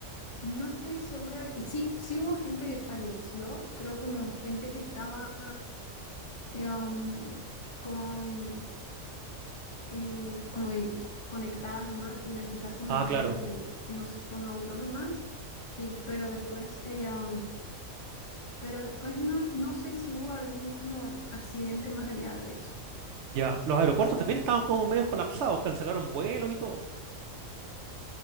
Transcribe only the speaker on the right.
Ah, claro,
ya. Los aeropuertos también estaban como medios colapsados, cancelaron vuelos y todo.